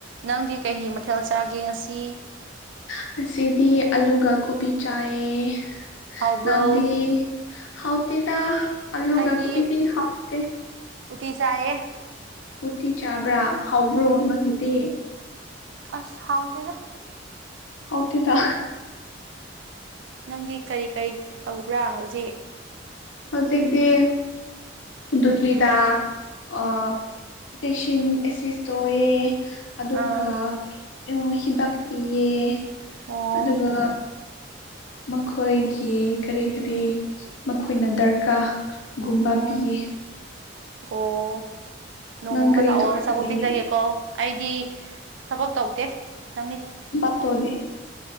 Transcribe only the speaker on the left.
ꯉꯁꯤꯗꯤ ꯑꯂꯨꯒ ꯀꯣꯕꯤ ꯆꯥꯏꯌꯦ꯫
ꯅꯟꯗꯤ ꯍꯥꯎꯇꯦꯗ ꯑꯜꯂꯨꯒ
ꯀꯣꯕꯤꯗꯤ ꯍꯥꯎꯇꯦ꯫
ꯎꯇꯤ ꯆꯥꯕ꯭ꯔꯥ ꯍꯥꯎꯕ꯭ꯔꯣ
ꯅꯪꯒꯤꯗꯤ꯫
ꯍꯥꯎꯇꯦꯗ
ꯍꯧꯖꯤꯛꯇꯤ ꯗꯨꯇꯤꯗ ꯑ
ꯄꯦꯁꯤꯟ ꯑꯦꯁꯤꯁ ꯇꯧꯑꯦ ꯑꯗꯨꯒ
ꯑꯣ ꯍꯤꯗꯥꯛ ꯄꯤꯌꯦ
ꯑꯗꯨꯒ ꯃꯈꯣꯏꯒꯤ ꯀꯔꯤ ꯀꯔꯤ ꯃꯈꯣꯏꯅ ꯗꯔꯀꯥ ꯒꯨꯝꯕ
ꯄꯤꯌꯦ
ꯅꯪ
ꯀꯔꯤ
ꯇꯧꯔꯒ
ꯂꯩꯌꯦ
ꯕꯛꯇꯣꯗꯤ